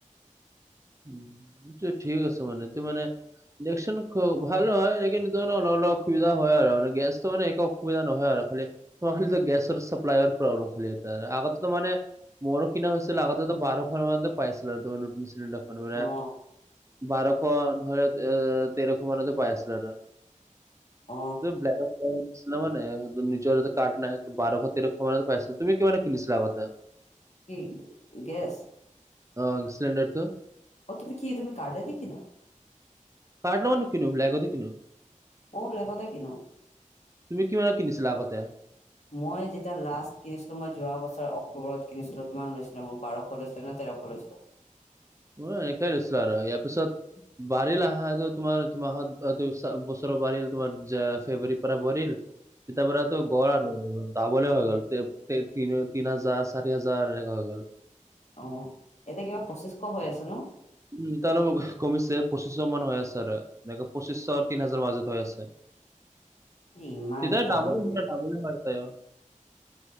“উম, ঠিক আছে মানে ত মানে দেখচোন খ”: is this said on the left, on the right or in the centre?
Right